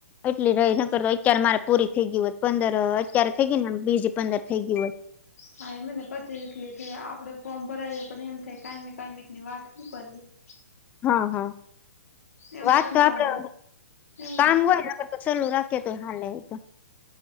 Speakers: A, on the left; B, on the left.
A: એટલી રહી નકર તો અત્યારે મારે પૂરી થઈ ગયું હોય પંદર અત્યારે થઈ ગય ને બીજી પંદર થઈ ગયું હોત.
B: હા એ મને પછી એટલી થઈ આપડે ફોર્મ ભરાયએ પણ એમ થાય કાયમી કાયમી ની વાત હું કરવી <inaudible>
A: હા હા
B: એમ
A: વાત
B: કંટાળો
A: તો આપડે
B: આવે એમન
A: કામ હોયને તો ચાલુ રાખીએ તો હાલે તો